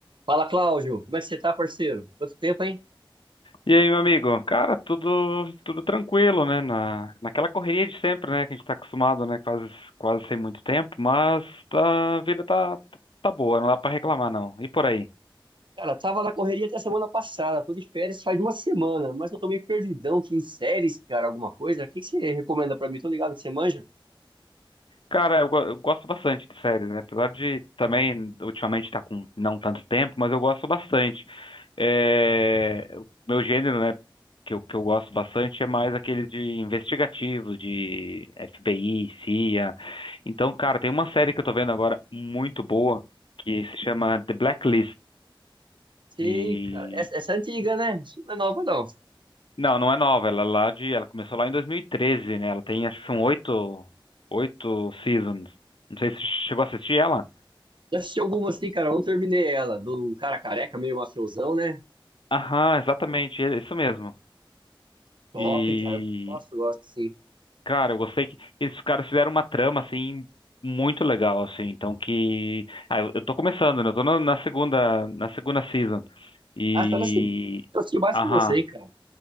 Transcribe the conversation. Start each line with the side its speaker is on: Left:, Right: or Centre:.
Right: Fala, Cláudio. Como é que você tá, parceiro? Quanto tempo, hein?
Left: E aí, meu amigo? Cara, tudo tudo tranquilo, né? Na, naquela correria de sempre, né? Que a gente tá acostumado, né? Quase, quase sem muito tempo, mas tá- a vida tá, tá boa, não dá pra reclamar, não. E por aí?
Right: Cara, tava na correria até semana passada. Tô de férias faz uma semana, mas eu tô meio perdidão aqui em séries, cara, alguma coisa. O que que você recomenda pra mim? Tô ligado que você manja?
Left: Cara, eu, go- eu gosto bastante de séries, né? Apesar de também ultimamente estar com não tanto tempo, mas eu gosto bastante. É, o meu gênero, né, que eu, que eu gosto bastante é mais aquele de investigativo, de FBI, CIA. Então, cara, tem uma série que eu tô vendo agora muito boa que se chama The Blacklist.
Right: Sei,
Left: E
Right: cara. Essa, essa é antiga, né? Isso não é nova, não.
Left: não, não é nova, ela é lá de, ela começou lá em 2013, né? Ela tem acho que são oito, oito seasons. Não sei se você chegou a assistir ela.
Right: Já assisti algumas, assim, cara. Não terminei ela. Do cara careca, meio mafiosão, né?
Left: Aham, exatamente, é isso mesmo.
Right: Top,
Left: E,
Right: cara. Nossa, eu gosto, sim.
Left: cara, eu gostei que esses caras fizeram uma trama, assim, muito legal, assim, então que... Ah, eu, eu tô começando, né? Eu tô no- na segunda, na segunda season. E...
Right: Ah, tá na segunda. Eu assisti mais
Left: Aham.
Right: que você, hein, cara.